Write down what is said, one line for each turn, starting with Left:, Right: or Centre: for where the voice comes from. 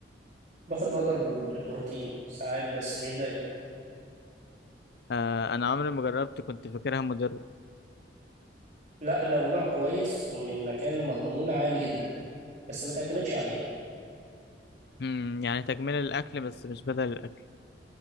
Right: باخد بودر بر- البروتين ساعات بس مش دايما
Left: آه انا عمري ما جربت كنت فاكرها مضرة
Right: لا لو نوع كويس ومن مكان مضمون عادي جدا بس ما تعتمدش عليها
Left: امم يعني تكملة الاكل بس مش بدل الاكل